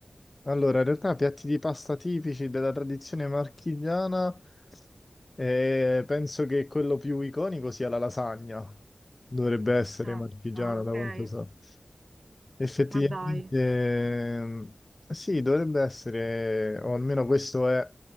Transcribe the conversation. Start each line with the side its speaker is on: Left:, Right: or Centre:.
Left: allora in realtà piatti di pasta tipici della tradizione marchigiana, eh, penso che quello più iconico sia la lasagna. Dovrebbe essere
Right: Ah,
Left: marchigiana,
Right: ok,
Left: da quanto so. Effettivamente,
Right: ma dai.
Left: ehm, sì, dovrebbe essere, o almeno questo è